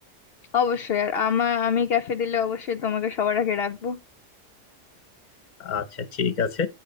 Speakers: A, on the left; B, on the left.
A: অবশ্যই আর আমার আমি ক্যাফে দিলে অবশ্যই তোমাকে সবার আগে রাখবো
B: আচ্ছা ঠিক আছে